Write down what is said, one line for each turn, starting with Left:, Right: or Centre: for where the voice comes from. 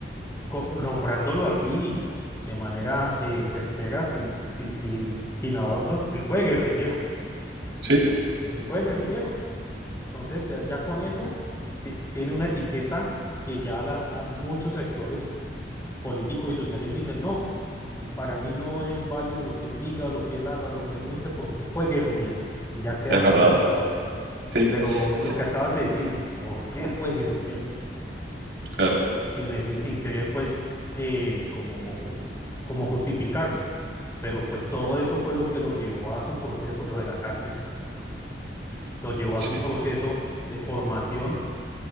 Left: co- nombrándolo así, de manera eh, certera, sin, sin, sin, sin adornos, él fue guerrillero,
Right: ¿sí?
Left: él fue guerrillero. Entonces ya, ya con eso ti- tiene una etiqueta que ya la, a muchos sectores políticos y sociales dicen, no, para mí no es válido lo que él diga, lo que él haga, lo que él muestre, porque fue guerrillero, y ya queda
Right: es
Left: satanizado.
Right: verdad. Sí,
Left: Pero lo
Right: sí,
Left: que acabas de decir, ¿por qué fue guerrillero?
Right: claro,
Left: Sin, nece- sin querer, pues, eh, como, como justificarlo. Pero pues todo eso fue lo que lo llevó a su proceso, lo de la cárcel lo llevó
Right: sí.
Left: a un proceso de formación